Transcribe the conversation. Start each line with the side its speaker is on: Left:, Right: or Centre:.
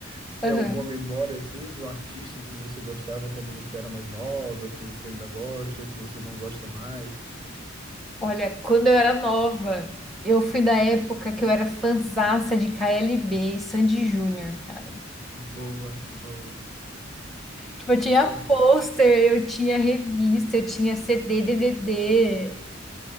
Right: Você tem
Centre: Aham.
Right: alguma memória assim de um artista que você gostava quando você era mais nova, que você ainda gosta ou que você não gosta mais?
Centre: Olha, quando eu era nova, eu fui da época que eu era fanzaça de KLB e Sandy Júnior, cara.
Right: Boa, boa,
Centre: Tipo, eu tinha
Right: ah,
Centre: pôster, eu tinha revista, eu tinha CD, DVD.